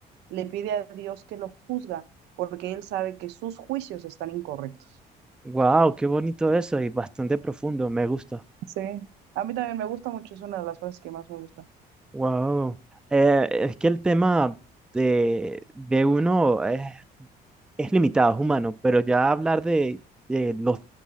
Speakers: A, on the right; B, in the centre.
A: le pide a Dios que lo juzga porque él sabe que sus juicios están incorrectos.
B: Wow, qué bonito eso y bastante profundo. Me gusta.
A: Sí, a mí también me gusta mucho, es una de las cosas que más me gusta.
B: Wow. Eh, es que el tema de, de uno es, es limitado, es humano, pero ya hablar de, de los,